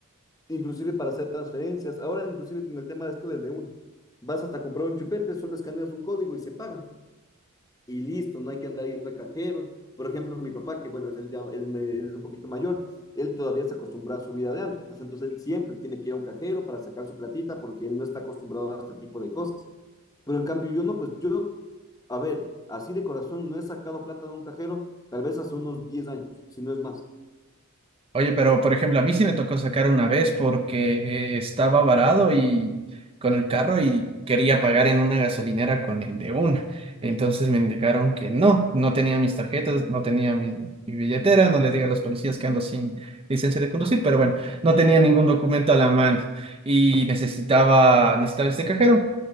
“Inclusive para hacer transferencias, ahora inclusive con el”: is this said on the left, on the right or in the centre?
Left